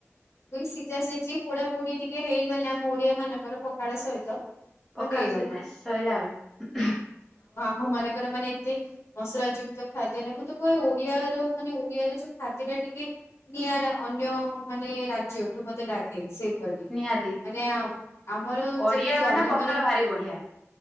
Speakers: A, on the left; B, in the centre.
A: ବ ସିଝା ସିଝି ପୋଡା ପୋଡି ଟିକେ ହେଇଗଲେ ଆମ ଓଡିଆ ମାନଙ୍କର ପକାଳା ସହିତ ତ
B: ପଖାଳ
A: ହେଇଗଲା।
B: ସହିତ ଶୋଇଲା ଆଉ
A: ମୋ ମାନଙ୍କର ମାନେ ଏତେ ମସଲା ଯୁକ୍ତ ଖାଦ୍ୟ ନହି ମୁଁ ତ କୁହେ ଓଡିଆର ମାନେ ଓଡିଆର ଯୋଉ ଖାଦ୍ୟ ଟା ଟିକେ ନିଆରା ଅନ୍ୟ ମାନେ ମାନେ ରାଜ୍ୟଠୁ ମୋତେ ଲାଗେ ସେ ମାନେ
B: ନିହାତି
A: ଆ-ଆମର
B: ଓଡିଆ
A: ଯେମିତି
B: ମାନେ
A: ଅନ୍ୟମାନେ
B: ପଖାଳ ଭାରି ବଢିଆ